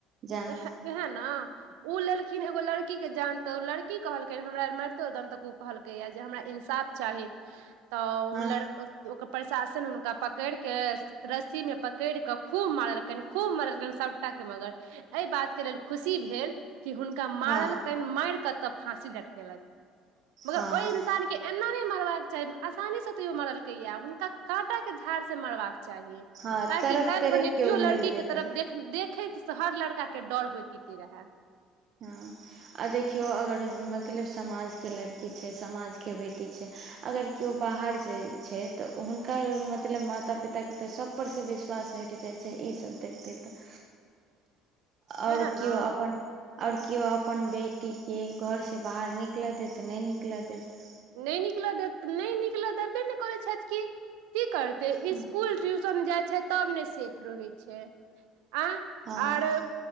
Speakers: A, on the right (about 55°); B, on the right (about 85°).
A: जान
B: तऽ इह ने। ओ लेलखिन एगो लड़की के जान ते ओ लड़की कहलकै हमरार मारितोदम तक ओ कहलक।। कैया जे हमरा इन्साफ चाही।
A: <inaudible>
B: तऽ ओ
A: हँ
B: लड़का ओकर प्रशासन हुनका पकड़ि कऽ। रस्सी मे पकड़ि कऽ खूब मारलकनि खूब मरलकनि सभटा मगर। एहि बात के लेल खुशी भेल कि हुनका मारलक
A: हँ
B: कनि मारि कतऽ फाँसी डटकेलक। मगर
A: हँ
B: ओहि। आसानी के एना नहि मरबाक चाही आसानी से तूयो मरलक या हुनका काँटा के दाड़ से मरबाक चाही।
A: हँ
B: ताकि
A: तड़प
B: काल्हि
A: तड़प
B: भने कियो
A: के ओ
B: लड़की
A: मरि
B: के
A: जेता
B: तरफ देख। देखे से हर लड़का के डर होयइतैते रहै।
A: हँ आ देखियो अगर मतलब समाज के लड़की छै समाज के बेटी छै अगर किओ बाहर जाइ छै तऽ हुनकर मतलब माता पिता के सब ऊपरसँ विश्वास हटि जाइ छै ईसभ देखतै तऽ
B: वएह
A: आओर कियो
B: ने
A: हो अपन। आओर केओ अपन बेटीके घरसँ बाहर निकलय देत नहि निकलय देत।
B: नहि निकल देत किनहि निकलऽ देबे ने करैत छथि की करथि। तऽ इसकुल
A: हँ
B: ट्यूशन जाइ छै तब ने सेफ रहै छै। आँ
A: हँ
B: आरे